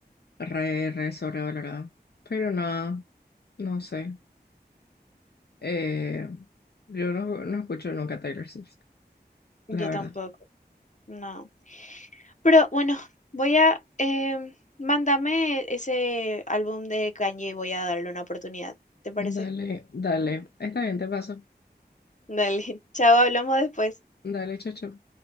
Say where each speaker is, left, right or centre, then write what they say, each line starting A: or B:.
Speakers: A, on the left; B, on the left.
A: re, re sobrevalorada. Pero no, no sé. Eh, yo no, no escucho nunca Taylor Swift,
B: Yo
A: la verdad.
B: tampoco. No. Pero bueno, voy a... em, mándame ese álbum de Kanye y voy a darle una oportunidad. ¿Te parece?
A: Dale, dale. Está bien, te paso.
B: Dale, <laughs> chao, hablamos después.
A: Dale, chao, chao.